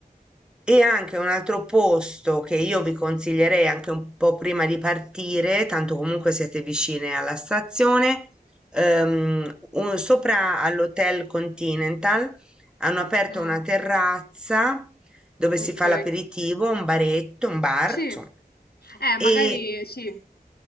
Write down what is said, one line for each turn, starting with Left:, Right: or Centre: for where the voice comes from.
Centre: E anche un altro posto che io vi consiglierei anche un po' prima di partire, tanto comunque siete vicine alla stazione, ehm, un- sopra all'Hotel Continental hanno aperto
Left: mm,
Centre: una terrazza dove si
Left: ok,
Centre: fa l'aperitivo, un baretto, un bar,
Left: sì.
Centre: insomma.
Left: Eh,
Centre: E
Left: magari sì,